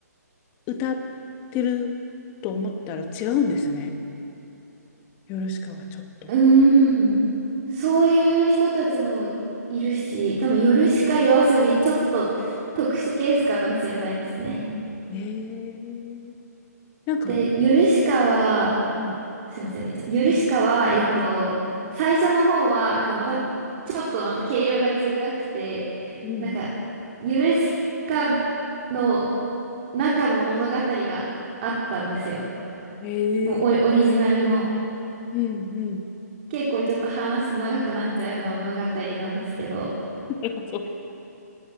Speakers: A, on the left (about 20°); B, on the right (about 35°).
A: 歌ってると思ったら違うんですね。ヨルシカはちょっと。
B: うーん。そういう人たちもいるし、多分、夜しか夜遊び、ちょっと特殊ケースかもしれないですね。
A: えー、なんか、
B: で、ヨルシカは、
A: うん、
B: すいませんね。ちょっと、ヨルシカは、えっと、最初の方は、なんかまた、ちょっとまた毛色が違くて、
A: うん、
B: なんか、ヨルシカの中の物語があったんですよ。
A: えー、
B: もうオリ、オリジナルの。
A: うん、うん、
B: 結構ちょっと話すと長くなっちゃうような物語なんですけど、
A: なるほど。